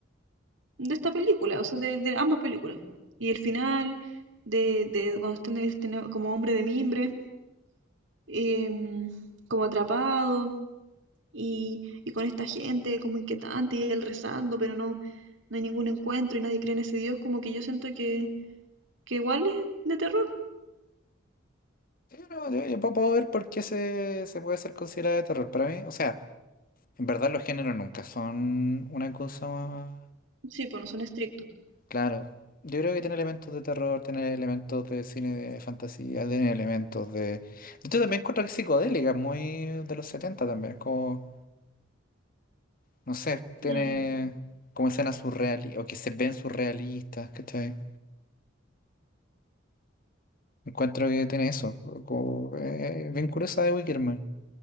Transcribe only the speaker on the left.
Pero yo, yo puedo ver por qué se, se puede ser considerado de terror. Para mí, o sea, en verdad los géneros nunca son una cosa...
Claro, yo creo que tiene elementos de terror, tiene elementos de cine de fantasía, tiene elementos de... Yo también encuentro que es psicodélica, es muy de los 70 también, es como, no sé, tiene
como escenas surrealistas, o que se ven surrealistas, ¿cachai? Encuentro que tiene eso, como, eh, eh, bien curiosa de Wickerman.